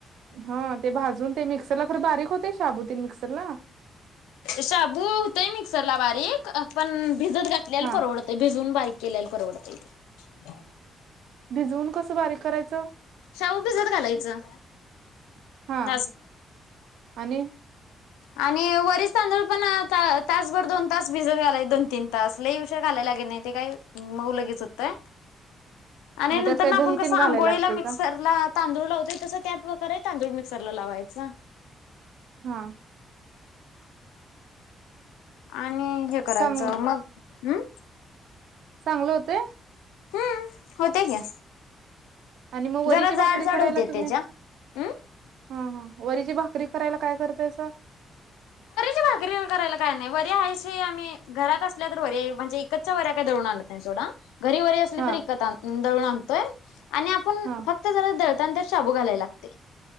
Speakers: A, on the right; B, on the left.
A: हा ते भाजून ते मिक्सरला खर बारीक होतय शाबु तेन मिक्सरला
B: शाबू हुतय मिक्सरला अ बारीक पण भिजत घातलेल्
A: हा
B: परवडतय भिजून बारीक केल्यालं परवडतय इथे
A: भिजवून कसं बारीक करायचं
B: शाबू भिजत घालायचं
A: हा
B: <inaudible>
A: आणि
B: आणि वरीचं तांदूळ पण ता-तासभर दोन तास भिजत घालाय दोन तीन तास लई उशीर <unintelligible> ते काय मऊ लगेच हुतय आणि
A: मग
B: नंतर
A: त्यात काय
B: न आपण
A: दही
B: कसं
A: तेन घालायला
B: आंघोळीला
A: लागते
B: मिक्सरला
A: का
B: तांदूळ लावतोय तसं त्या प्रकारे तांदूळ मिक्स क्सरला लावायचा
A: हा
B: आणि हे करायचं
A: चांग
B: मग हम्
A: चांगल होतंय
B: हम्म होतय की
A: आणि मग वरीची
B: जरा
A: भाकरी
B: जाड जाड
A: करायला
B: होते
A: तुम्ही
B: त्याच्या. हम्म
A: ह हा वरीची भाकरी करायला काय करतायस
B: करी करायला काय नाय वरी आणायची आम्ही घरात असल्या तर वर्या म्हणजे विकतचया वऱ्या काही दळून आनत नाही सोडा घरी वरी असली
A: हा
B: तरी इकत आणतोय दळून आणतोय आणि आपण
A: हा
B: फक्त जरा दळतो <unintelligible> शाबू घालाय लागतंय